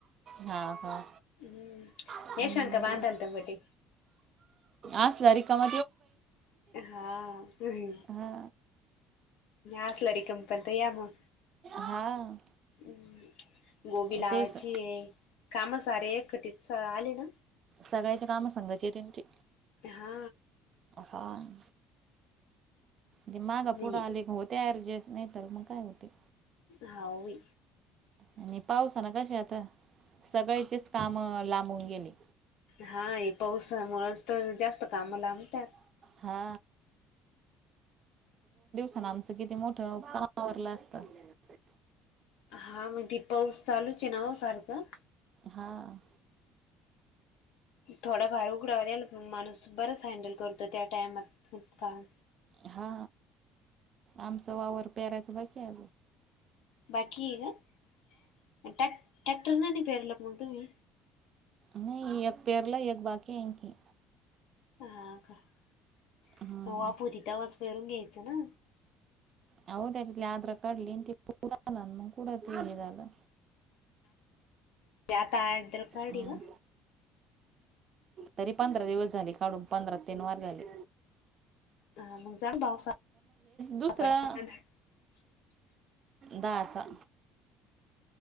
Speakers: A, on the right; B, on the left.
A: हा का
B: हुम्म
A: बरं
B: शातां बांधल तबटटी
A: असला रिकाम
B: हा न ई
A: हा
B: असल्या तर पण या मग.
A: हा
B: हुं गोबी लावायची
A: तेच
B: काम सारे कटीत आले ना
A: सगळ्याची कामं सांगायची त्याणी ते
B: हा
A: हा ते माग
B: नाही
A: पुढे आले होते ऍरजस्ट नाही तर मग काय होते.
B: हा वी
A: आणि पाऊस ना कसे आता सगळ्याचेच काम अ लांबून गेले
B: हा या पाऊसामुळेच पन जास्त काम लाबतात
A: हा पण आमचं किती मोठं कामा आवरलं असत
B: हा मग ते पाऊस चालु च आहे ना ओ सारखं.
A: हा
B: थोडाफार उघडावा द्यालाच मग माणूस बरच हँडल करतो त्या टाइमात काम
A: हा आमचा वावर पेरायच बरं का
B: बाकी ना आणी टॅ टॅक्टर ने त्यात पेरलं मग तुम्ही
A: नाही एक पेरल एक बाकी आहे की
B: हा का मग
A: हम्म
B: तवा पुरी तवा च पेरून घ्यायचं ना.
A: अहो त्याच्यात आद्र काढली आणि त आ मग पुढ ते झालं.
B: त्यात आड्क कारर्डिग
A: हम्म तरी पंधरा दिवस झाले काढून पंधरा तीन वार झाली.
B: अ मग जाग पावसा <unintelligible>
A: दुसरं दाचा